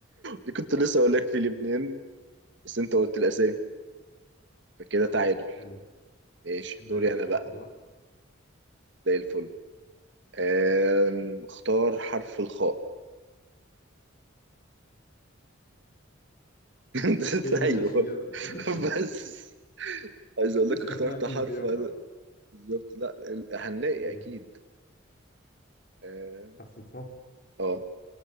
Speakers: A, on the right (about 60°); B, on the left (about 45°).
A: دي كنت لسه اقول لك في لبنان بس انت قلت الاسامي فكده
B: طب
A: تعادل
B: حلو
A: ماشي
B: ماشي
A: دوري انا بقى
B: واحد واحد
A: زي الفل آم، اختار حرف الخاء <laughs>
B: دي ملهاش
A: ايوه
B: اجابة دي <laughs>
A: بس عايز اقول
B: مفيش
A: لك اخترت
B: اسامي
A: حرف
B: فيها
A: أنا-
B: حرف
A: بالظبط لا ال- هنلاقي
B: هي
A: اكيد اه
B: حرف الخاء
A: آه،